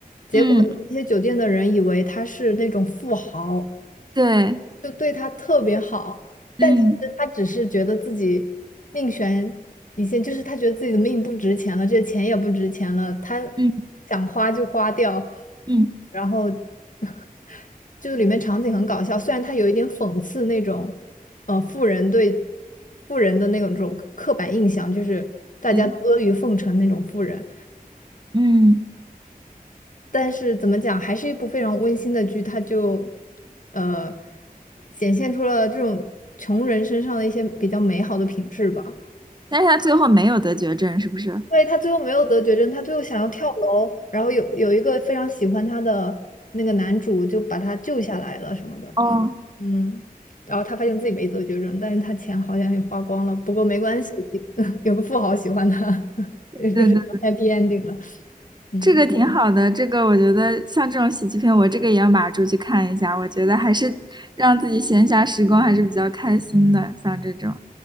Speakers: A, on the left; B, on the right.
A: 结果那些酒店的人以为她是那种富豪，
B: 嗯，对，
A: 就对他特别好，但其实他只是觉得自己命悬一线，
B: 嗯
A: 就是他觉得自己的命不值钱了，这钱也不值钱了，他
B: 嗯
A: 想花就花掉，
B: 嗯，
A: 然后 <laughs> 就里面场景很搞笑，虽然他有一点讽刺那种，呃，富人对富人的那种刻板印象，就是大家都阿谀奉承那种富人，
B: 对，嗯，
A: 但是怎么讲，还是一部非常温馨的剧，它就呃显现出了这种穷人身上的一些比较美好的品质吧。
B: 但是他最后没有得绝症，是不是？
A: 因为他最后没有得绝症，他最后想要跳楼，然后有有一个非常喜欢他的那个男主就把他救下来了什么的，
B: 哦。
A: 嗯，然后他发现自己没得绝症，但是他钱好像也花光了，不过没关系，<laughs> 有个富豪喜欢他，<laughs> 就是
B: 对对
A: happy ending 了，嗯。
B: 这个挺好的，这个我觉得像这种喜剧片，我这个也要码住去看一下。我觉得还是让自己闲暇时光还是比较开心的，像这种，